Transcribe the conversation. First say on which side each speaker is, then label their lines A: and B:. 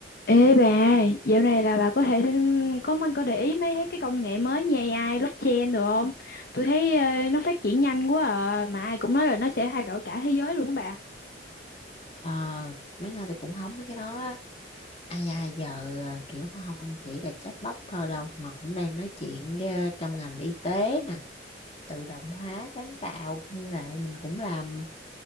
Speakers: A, on the left; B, on the left.
A: Ê bà, dạo này là bà có thể thêm- có có để ý mấy thấy cái công nghệ mới như AI, blockchain được không? Tôi thấy ờ, nó phát triển nhanh quá à, mà ai cũng nói là nó sẽ thay đổi cả thế giới luôn á bà.
B: Ờ, mấy nay thì cũng hóng mấy cái đó á. ai ai giờ à, kiểu không chỉ là chatbot thôi đâu mà cũng đang nói chuyện với, à, trong ngành y tế nè tự động hóa sáng tạo công nghệ mình cũng làm